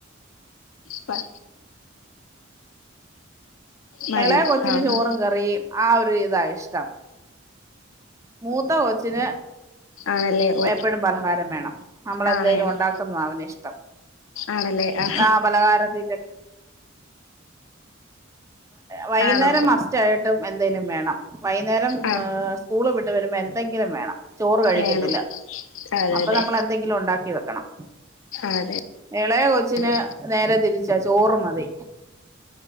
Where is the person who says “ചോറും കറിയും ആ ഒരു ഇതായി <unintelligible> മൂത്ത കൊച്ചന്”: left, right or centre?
Right